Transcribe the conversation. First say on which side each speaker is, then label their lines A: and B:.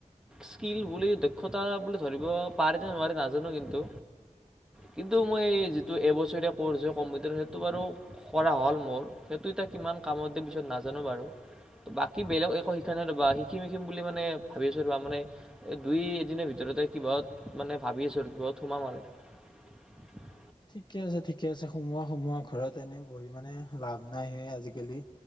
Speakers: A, in the centre; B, on the left (about 35°).
A: স্কিল বুলি দক্ষতা বুলি ধৰিব পাৰিম নে নোৱাৰি নাজানো কিন্তু কিন্তু মই যিটো এবছৰীয়া ক'ৰ্ছ হয় কম্পিউটাৰ সেইটো বাৰু কৰা হ'ল মোৰ সেইটো য়া কিমান কামত দিয়ে পিছত নাজানো বাৰু বাকী বেলেগ একো শিকা নাই ৰবা শিকিম- শিকিম বুলি মানে ভাবি আছো ৰব মানে এই দুই এ দিনৰ ভিতৰত। কিবা মানে ভাবি আছোঁ আৰু কিব সোমাম আৰু।
B: ঠিকে আছে ঠিকে আছে সোমোৱা সোমোৱা ঘৰত এনেই বহি মানে লাভ নাই সেই আজিকালি